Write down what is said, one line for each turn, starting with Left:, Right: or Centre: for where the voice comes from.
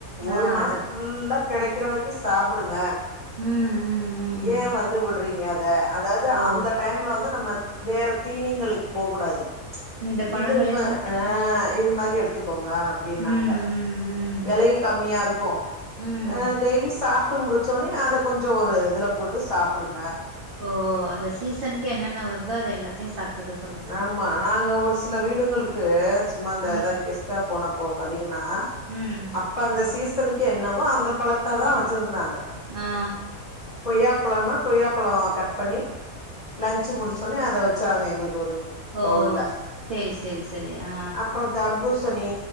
Left: ஒரு
Right: ஆ
Left: மாசத்து
Right: அது
Left: ஃபுல்லா கெடைக்கிற வரைக்கு சாப்டுங்க
Right: ம் ம் ம்
Left: ஏ வந்து வுடுறீங்க அத அதாவது
Right: ஓ
Left: அந்த டைம்ல வந்து நம்ம வேற தீனிங்ளுக் போ கூடாது
Right: இந்த பழங்களே
Left: இது ம
Right: சாப்ட்டுக்கணு
Left: ஏ இது மாரி எடுத்துக்கங்க அப்டினாங்க
Right: ம் ம்
Left: வெள யு கம்மியா இருக்கு
Right: ம் ம்
Left: அ டெய்லி சாப் ட்டு முடிச்சோனே அத கொஞ்சோ ஒரு இதுல போட்டு சாப்டுங்க
Right: ஓ அந்த சீசனுக்கு என்னென்ன வருதோ அது எல்லாத்தயு சாப்டுக்க சொ
Left: ஆமா நாங்க ஒரு சில வீடுங்களுக்கு சும்மா இந்த
Right: ம்
Left: எதா கெஸ் ஸ்டா போனப்போ பாத்தீங்கனா
Right: ம்
Left: அப்ப அந்த சீசனுக்கு என்னவோ அந்த பழத்ததா வெச்சிருந்தாங்க
Right: அ ஆ
Left: கொய்யாப்பழோனா கொய்யாப்பழோ கட் பண்ணி லன்ச்சு முடிச்சோனே அத வெச்சாங்க எங்ளுக் ஒரு
Right: ஓ
Left: பவுல்ல
Right: சேரி சேரி சேரி ஆ
Left: அப்றோ தர் பூசணி